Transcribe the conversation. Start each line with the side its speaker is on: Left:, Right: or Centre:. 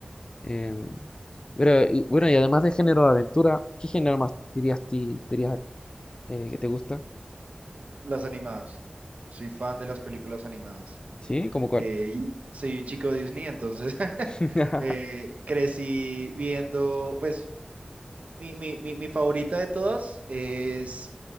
Left: Eh, pero, y- bueno, y además de género de aventura, ¿qué género más dirías, ti, dirías eh, que te gusta?
Right: Las animadas. Soy fan de las películas animadas.
Left: ¿Sí? ¿Cómo cuál?
Right: Eh, y soy un chico Disney, entonces <laughs>
Left: <laughs>
Right: eh, crecí viendo, pues mi, mi- mi- mi favorita de todas es